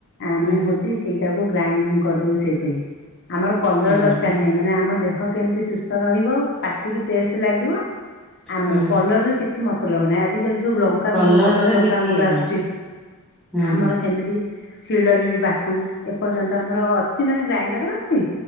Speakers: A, on the left (about 50°); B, in the centre.
A: ଆମେ
B: ହୁଁ
A: ହଉଚି ସେଇ ତାକୁ ଗ୍ରାଇଣ୍ଡିଙ୍ଗି କରିଦଉ ସେଇଥିରେ ଆମର କଲର
B: ହୁଁ
A: ଦରକାର
B: ହୁଁ
A: ନାହିଁ ନା ନା ଆମ ଦେହ କେମିତି ସୁସ୍ଥ ରହିବ ପାଟିକି ଟେଷ୍ଟ ଲାଗିବ ଆମର
B: ହୁଁ
A: କଲରରେ କି କିଛି ମତଲବ ନାଇଁ ଆଜିିକାଲି। ଯୋଉ ଲଙ୍କାଗୁଣ୍ଡ
B: କଲରରେ
A: କଲର ଲଙ୍କାଗୁଣ୍ଡ
B: କିଛି ଇଏ ନାହିଁ
A: ଆସୁଚି
B: ହୁଁ
A: ଆମର ସେମିତି ଶିଳରେ ବି ବାଟୁ ଏପର୍ଯ୍ୟନ୍ତ ଆମର ଅଛି ମାନେ ଗ୍ରାଇଣ୍ଡର ଅଛି।